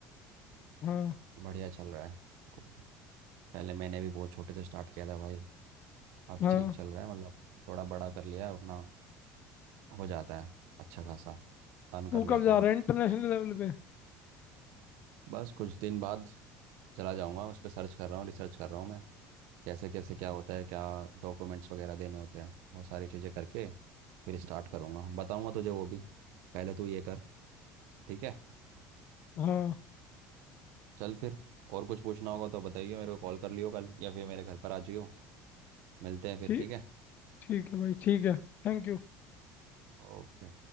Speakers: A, on the left; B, on the right.
A: हाँ
B: बढ़िया चल रहा है को- पहले मैंने भी बहुत छोटे से स्टार्ट किया था भाई अब
A: हाँ
B: ठीक चल रहा है मतलब थोड़ा बड़ा कर लिया है अपना हो जाता है अच्छा खासा अर्न कर
A: तू कब
B: लेता
A: जा
B: हूँ
A: रहा है इंटरनेशनल लेवल पे
B: बस कुछ दिन बाद चला जाऊँगा उस पर सर्च कर रहा हूँ रिसर्च कर रहा हूँ मैं कैसे कैसे क्या होता है क्या डॉक्यूमेंट्स वगैरह देने होते हैं वो सारी चीज़ें करके फिर स्टार्ट करूँगा बताऊँगा तुझे वो भी पहले तू ये कर ठीक है
A: हाँ
B: चल फिर और कुछ पूछना होगा तो बताइए मेरे को कॉल कर लियो कल या फिर मेरे घर पर आ जाइयो मिलते हैं फिर
A: ठीक
B: ठीक है
A: ठीक है भाई ठीक है Thank you
B: ओके